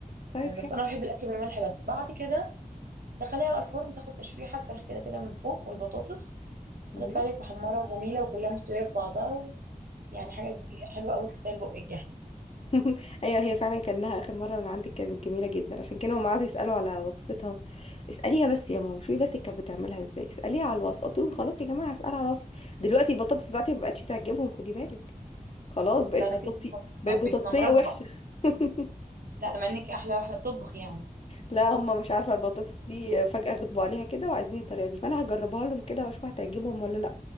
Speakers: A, on the left; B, on the right.
A: طيب
B: آه، بس انا بحب الاكل بالملح بس بعد كده دخليها بقى الفرن تاخد تشويحه الفراخ كده كده من فوق والبطاطس
A: حلو
B: هتطلع لك محمره وجميله وكلها مستويه في بعضها ويعني حاجه حلوه قوي تستاهل بقك يعني
A: <laughs> ايوه هي فعلا كانها اخر مره من عندك كانت جميله جدا عشان كده هم قعدوا يسالوا على وصفتها اساليها بس يا ماما شوفي بس كانت بتعملها ازاي اساليها على الوصف قلت لهم خلاص يا جماعه هسال على الوصف دلوقتي البطاطس بتاعتي ما بقتش تعجبهم خدي بالك خلاص بقت
B: لا ده
A: بطاطسي
B: كده
A: بقت
B: هم بيتنمرضوا
A: بطاطسيه وحشه
B: بقى
A: <laughs>
B: لا مع انك احلى واحده بتطبخ يعني
A: لا هم مش عارفه البطاطس دي فجاه غضبوا عليها كده وعايزين الطريقه دي فانا هجربها لهم كده واشوف هتعجبهم ولا لا